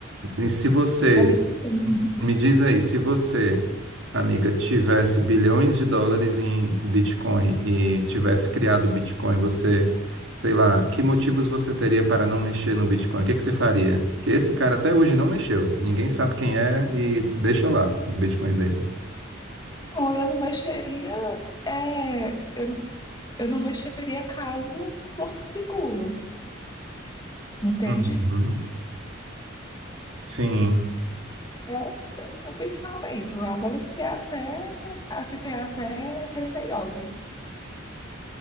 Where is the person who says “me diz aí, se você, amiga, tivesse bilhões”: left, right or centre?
Right